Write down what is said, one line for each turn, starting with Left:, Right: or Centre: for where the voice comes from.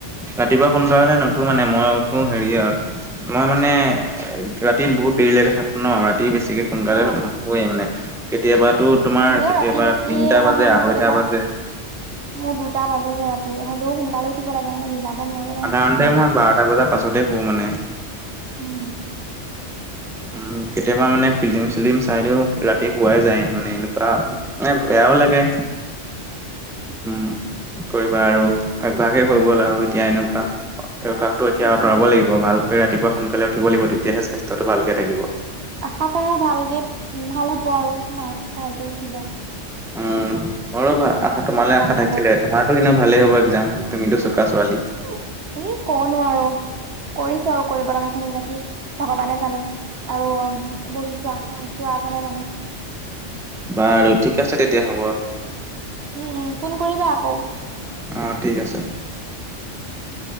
Centre: ৰাতিপুৱা সোনকালে নুঠো মানে। মই উঠো হেৰিয়ত আৰু মই মানে ৰাতি বহুত দেৰিলৈকে থাকো ন। তি বেছিকে সোনকালে
Right: অ
Centre: নুশুৱে মানে। কেতিয়াবাতো তোমাৰ
Right: মোৰ
Centre: কেতিয়াবা
Right: ৰাতি বেছি
Centre: তিনটা
Right: নহয়
Centre: বাজে
Right: মানে মোৰ
Centre: আঢ়ৈটা
Right: কেতিয়াবা
Centre: বাজে।
Right: মোৰ দুটা বাজে গে ৰাতি হ'লেও সোনকালে উ উঠিব লাগে মানে উঠিব নোৱাৰো
Centre: সাধাৰণতে
Right: নহ'লে সময়বোৰ।
Centre: মই বাৰটা বজাৰ পাছতে শু মানে
Right: উম।
Centre: উম, কেতিয়া তাৰ মানে ফিল্ডিম চিল্ডিম চাই দিওঁ ৰাতি পুৱাই যায় মানে এনেকুৱা, মানে বেয়াও লাগে। উম, কি কৰিবা আৰু। অভ্যাসে হৈ গ'ল আৰু এতিয়া এনেকুৱা অভ্যয়াসটো এতিয়া
Right: সেইটোৱে
Centre: আঁতৰাব লাগিব৷ ভাল ৰাতিপুৱা সোনকালে উঠিব লাগিব তেতিয়াহে স্বাস্থ্যটো ভালকে থাকিব।
Right: আশা কৰো ভালকে ভাল হ'ব আৰু মাক ভালকে উঠিব।
Centre: উম, মোৰো আশা তোমালৈ
Right: এক্জাম
Centre: আশা
Right: ভাল
Centre: থাকিলে তোমাৰো এনে ভালেই হ'ব একজাম। তুমিতো চোকা ছোৱালী।
Right: <unintelligible> ক' নোৱাৰো কৰি চাওঁ আৰু কৰিব লগাখিনি কি ভগৱানে জানে আৰু বহি চোৱা চোৱা জনে জানে।
Centre: বাৰু ঠিক আছে তেতিয়া হ'ব।
Right: উম উম ফোন কৰিবা আকৌ।
Centre: অ', ঠিক আছে।
Right: উম।